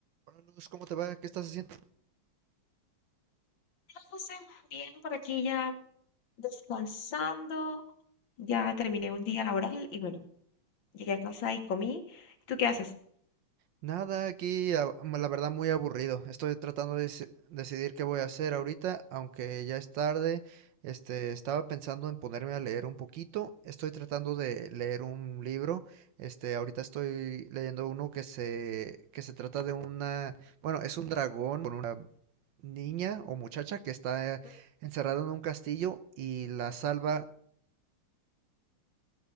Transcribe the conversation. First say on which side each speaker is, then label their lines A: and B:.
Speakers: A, on the right (about 70°); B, on the left (about 65°).
A: Hola Luz, ¿cómo te va? ¿Qué estás haciendo?
B: José, bien, por aquí ya descansando, ya terminé un día laboral y bueno, llegué a casa y comí. ¿Tú qué haces?
A: Nada, aquí a- la verdad muy aburrido. Estoy tratando de deci- decidir qué voy a hacer ahorita, aunque ya es tarde. Este, estaba pensando en ponerme a leer un poquito. Estoy tratando de leer un libro. Este, ahorita estoy leyendo uno que se que se trata de una, bueno, es un dragón con una niña o muchacha que está
B: ¿Mm?
A: encerrada en un castillo y la salva